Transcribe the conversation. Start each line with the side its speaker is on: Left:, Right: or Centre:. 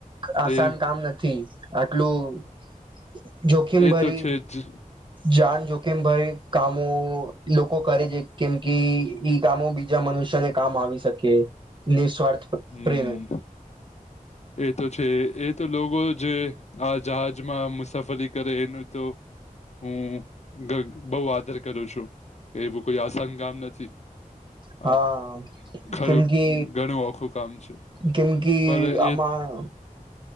Right: આસાન
Left: એ
Right: કામ નથી આટલું જોખિમ
Left: એ
Right: ભરી
Left: તો છે જ
Right: જાન જોખિમ ભરીને કામો લોકો કરે છે કેમ કે ઈ કામો બીજ બીજા મનુષ્યને કામ આવી શકે નિસ્વાર્થ
Left: હમ
Right: પ્રેમે
Left: એ તો છે એ તો લોકો જે આ જહાજમાં મુસાફરી કરે એનું તો હું બહું આદર કરું છું એવું કોઈ આસાન કામ નથી.
Right: હા
Left: આ ખરું
Right: કેમ કે
Left: ઘણું ઓખું કામ છે
Right: કેમ કી
Left: પર એ
Right: આમાં